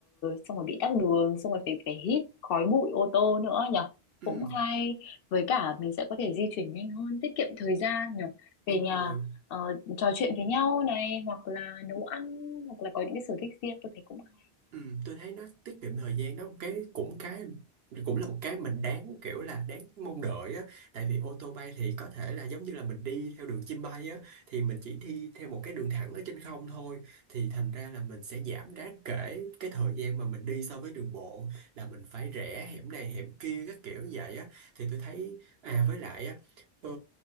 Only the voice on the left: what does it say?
xong rồi bị tắc đường xong rồi phải phải hít khói bụi ô tô nữa nhở
cũng hay với cả mình sẽ có thể di chuyển nhanh hơn tiết kiệm thời gian nhở
về nhà
ờ, trò chuyện với nhau này hoặc là nấu ăn hoặc là có những cái sở thích riêng tôi thấy cũng hay